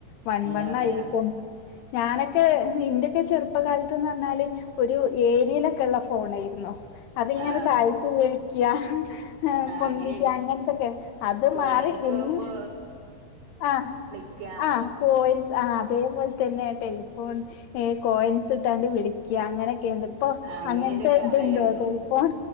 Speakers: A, on the left; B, on the right.
A: വൺവണ്ണായിരിയ്ക്കും
B: ഉണ്ടാവൂല
A: ഞാനൊക്കെ ഇന്റെക്കെ ചെർപ്പകാലത്ത്ന്നർഞ്ഞാല് ഒരു ഏരിയലൊക്കെള്ള ഫോണേയ്ര്ന്നു അതിങ്ങനെ
B: ആഹ്
A: താഴ്ത്തി വിളിക്ക്യാ ആ പൊന്തീറ്റ്
B: അങ്ങനെയാണ്
A: അങ്ങൻത്തൊക്കെ അത്
B: കോളേജ്ക്ക്
A: മാറി പിന്നെ
B: പോകുമ്പോ
A: ആ ആ
B: ക്ക്യാ
A: ആ കോയിൻസ് ആ അതേപോൽ തന്നെ ടെലിഫോൺ ഏ കോയൻസ് ഇട്ടാണ്ട് വിളിക്യാ അങ്ങനെ ക്കേന്ന് ഇപ്പൊ
B: അങ്ങനെല്ല
A: അങ്ങൻത്തെ
B: ഒരു കാലല്ലായിരുന്നോ
A: ഇത്ണ്ടോ ടെലിഫോൺ